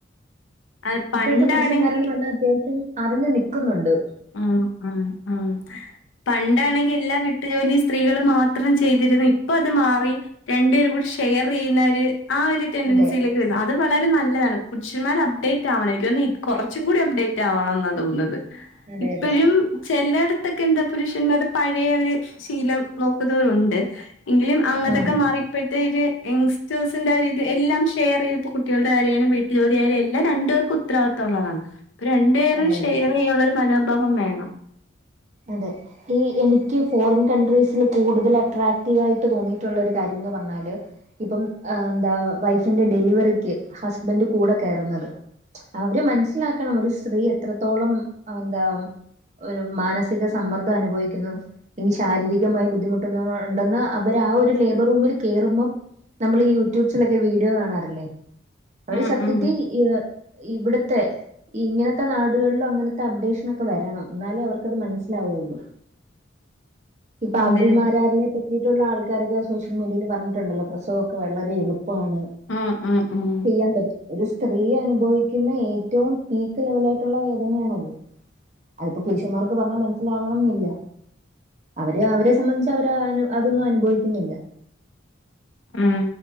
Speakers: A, on the left; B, on the right.
A: അത് പണ്ടാണെങ്കി
B: ഇപ്പോഴത്തെ പുരുഷന്മാരന്ന് പറഞ്ഞാൽ അത്യാവശ്യം അറിഞ്ഞു നൽക്കുന്നുണ്ട്.
A: അ അ അ... പണ്ടാണെങ്കി എല്ലാ വീട്ടുജോലി സ്ത്രീകള് മാത്രം ചെയ്തിര്ന്ന് ഇപ്പ അത് മാറി. രണ്ടുപേരും കൂടി ഷെയർ ചെയ്യുന്നവര് ആ ഒരു ടെഡൻസിയില്-
B: അതെ
A: അത് വളരെ നല്ലതാണ് പുരുഷന്മാർ അപ്ഡേറ്റ് ആണം എനിക്ക്- തോന്നുന്നു കുറച്ചും കൂടി അപ്ഡേറ്റ് ആവണം എന്നാ തോന്നുന്നത്.
B: അതെ
A: ഇപ്പോഴും
B: അതെ
A: ചിലയിടത്തക്കെ എന്താ? പുരുഷമാരെ പഴയ ഒരു ശീലം- നോക്കുന്നവരുണ്ട് എങ്കിലും അങ്ങത്തക്കെ
B: ഉം
A: മാറി- ഇപ്പോഴത്തെ ഒരു യങ്സ്റ്റേഴ്സിന്റെ, ഇത് എല്ലാം ഷെയർ ചെയ്ത് ഇപ്പം കുട്ടികളുടെ കാര്യാലും, വീട്ടിൽ ജോലി ആയാലും എല്ലാം രണ്ടുപേർക്കും- ഉത്രത്തുള്ളതാണ് ഇപ്പം രണ്ടു പേരും
B: അതെ അതെ
A: ഷെയർ ചെയ്യാനുള്ള ഒരു- മനോഭാവം വേണം.
B: അതെ... ഈ എനിക്ക് ഫോറിൻ കൺട്രീസിൽ കൂടുതൽ അട്രാക്റ്റീവായിട്ട് തോന്നിയിട്ടുള്ളൊരു കാര്യന്ന്- പറഞ്ഞാല്, ഇപ്പം എന്താ വൈഫിന്റെ ഡെലിവറിക്ക് ഹസ്ബൻഡ് കൂടെ കയറുന്നത്. അവര് മനസ്സിലാക്കണം ഒരു സ്ത്രീ, എത്രത്തോളം എന്താ? ഒരു മാനസ- സിക സമ്മർദ്ദം അനുഭവിക്കുന്നു. എങ്കിൽ ശാരീരികമായി ബുദ്ധിമുട്ടുന്ന ഉണ്ടെന്ന് അവര് ആ ഒരു ലേബർ റൂമിൽ കയറുമ്പം- നമ്മള് ഈ യൂട്യൂബ്സിലൊക്കെ വീഡിയോ കാണാറില്ലേ? അവര്
A: ഉം
B: സത്യത്തിൽ-
A: ഉം
B: ഇവിടത്തെ ഇങ്ങനത്തെ, നാടുകളിലും അങ്ങനത്തെ അപ്ഡേഷനൊക്കെ വരണം. എന്നാലെ അവർക്ക് അത് മനസ്സ ലാവുള്ളു, ഇപ്പ
A: അതെ
B: അകിൽമാരാറിനെ
A: അതെ
B: പറ്റി- കീട്ടുള്ള ആൾക്കാരൊക്കെ സോഷ്യൽ മീഡിയയിൽ പറഞ്ഞിട്ടുണ്ടല്ലോ പ്രസവൊക്കെ വളരെളുപ്പമാണ്.
A: ഉം ഉം ഉം...
B: ചെയ്യാൻ പറ്റും ഒരു സ്ത്രീ അനുഭവിക്കുന്ന ഏറ്റവും പീക്ക് ലെവലായിട്ട്- ട്ടുള്ള വേദനകള് അതിപ്പോ പുരുഷന്മാർക്ക് പറ- സിലാവണന്നില്ല അവര് അവരെ സംബന്ധിച്ച് അവര് അതൊന്നും അനുഭവിക്കുന്നില്ല.
A: ഉം